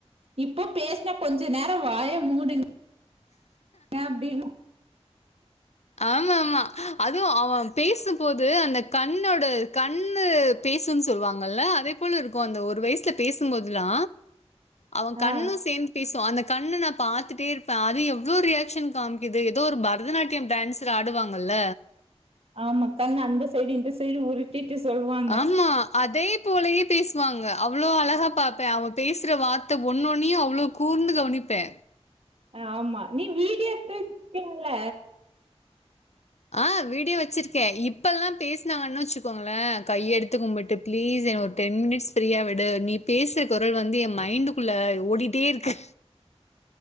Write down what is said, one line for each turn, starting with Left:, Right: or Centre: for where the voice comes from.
Right: இப்போ பேசுன கொஞ்ச நேரம் வாய மூடுங் அப்டினா
Left: ஆமாமா அதுவும் அவன் பேசும்போது அந்த கண்ணோட கண்ணு பேசும் சொல்வாங்கல்ல அதே போல இருக்கும் அந்த ஒரு வய்சுல பேசும்போதுல்லா அவன் கண்ணும்
Right: ஆ
Left: சேந்து பேசு அந்த கண்ண நான் பாத்துட்டே இருப்பே அது எவ்வளோ ரியாக்க்ஷன் காமிக்குது ஏதோ ஒரு பரதநாட்ட <unintelligible> டான்சர் ஆடுவாங்கல்ல
Right: ஆமா கண்ணு அந்த சைடு இந்த சைடு உருட் டிட்டு சொல்வாங்
Left: ஆமா அதே போலயே பேசுவாங்க அவ்ளோ அழகா பாப்பே அவ பேசுற வார்த்த ஒன்னு ஒன்னையு அவ்ளோ கூர்ந்து கவனிப்பே
Right: ஆமா நீ வீடிய எடுத்து வெச்க்கீங்ல
Left: ஆ வீடியோ வெச்சிருக்கே இப்ப எல்லா பேசினாங்கன்னு வெச்சுக்கோங்களே கைய எடுத்து கும்பிட் ட்டு பிளீஸ் என்ன ஒரு டென் மினிட்ஸ் ஃப்ரீயா விடு நீ பேசுற குரல் வந்து எ மைண்டுக்குள்ள ஓடிட்டே இருக்கு